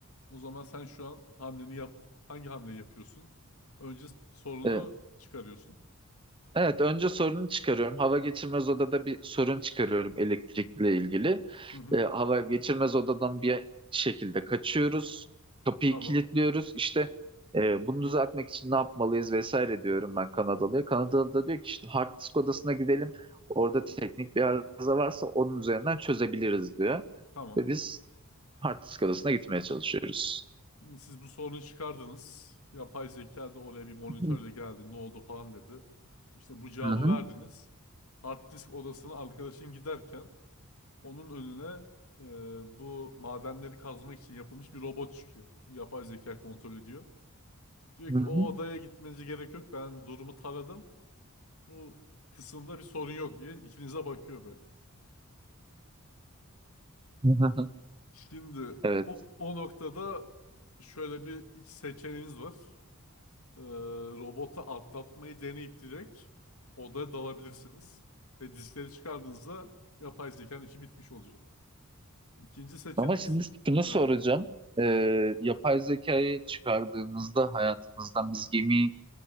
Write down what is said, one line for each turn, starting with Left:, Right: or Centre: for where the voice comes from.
Left: O zaman sen şu an hamleni yap. Hangi hamleyi yapıyorsun? Önce sorunu
Right: E,
Left: çıkarıyorsun.
Right: Evet, önce sorunu çıkarıyorum. Hava geçirmez odada bir sorun çıkarıyorum elektrikle ilgili.
Left: Hı hı,
Right: Ee, hava geçirmez odadan bir şekilde kaçıyoruz. Kapıyı
Left: tamam,
Right: kilitliyoruz. İşte e, bunu düzeltmek için ne yapmalıyız vesaire diyorum ben Kanadalı'ya. Kanadalı da diyor ki işte hard disk odasına gidelim. Orada teknik bir arıza varsa onun üzerinden çözebiliriz diyor.
Left: tamam.
Right: Ve biz hard disk odasına gitmeye çalışıyoruz.
Left: Şimdi siz bu sorunu çıkardınız. Yapay zeka da oraya bir monitörle
Right: Hı
Left: geldi. Ne oldu falan dedi. İşte bu cevabı
Right: hı.
Left: verdiniz. Hard disk odasına arkadaşın giderken Onun önüne e, bu madenleri kazmak için yapılmış bir robot çıkıyor. Bu yapay zeka kontrol ediyor. Diyor
Right: Hı
Left: ki
Right: hı.
Left: o odaya gitmenize gerek yok. Ben durumu taradım. Bu kısımda bir sorun yok diye ikinize bakıyor böyle.
Right: Hı hı.
Left: Şimdi
Right: Evet.
Left: o, o noktada şöyle bir iç seçeneğiniz var. E, robota atlatmayı deneyip direkt odaya dalabilirsiniz. Ve diskleri çıkardığınızda yapay zekanın işi bitmiş olacak. İkinci seçenek...
Right: Ama şimdi şunu soracağım.
Left: Heh,
Right: Ee,
Left: heh.
Right: yapay zekayı çıkardığımızda hayatımızdan biz gemi